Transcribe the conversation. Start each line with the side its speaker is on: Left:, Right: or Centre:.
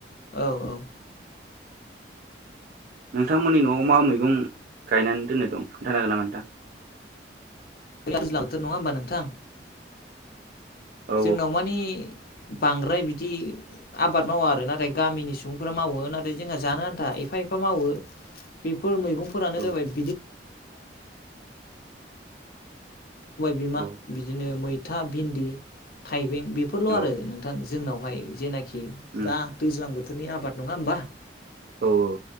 Left: औ औ
Right: नोंथांमोननि न'आव मा मैगं गायनानै दोननो दं खोन्थान हागोन नामा नोंथां?
Left: दैज्लां बोथोर नङा होमबा नोंथां
Right: औ
Left: जोंनाव मानि बांद्राय बिदि आबाद मावा आरो नाथाय गामिनि सुबुंफोरा मावो नाथाय जोंहा जानो आन्था एफा एफा मावो बेफोर मैगं <inaudible> सबाय
Right: औ
Left: बिमा
Right: औ
Left: बिदिनो मैथा भिन्दि थाइबें बेफोरल'
Right: औ
Left: आरो नोंथां जोंनावहाय जेनाखि
Right: उम
Left: दा दैज्लां बोथोरनि आबाद नङा होमबा
Right: औ औ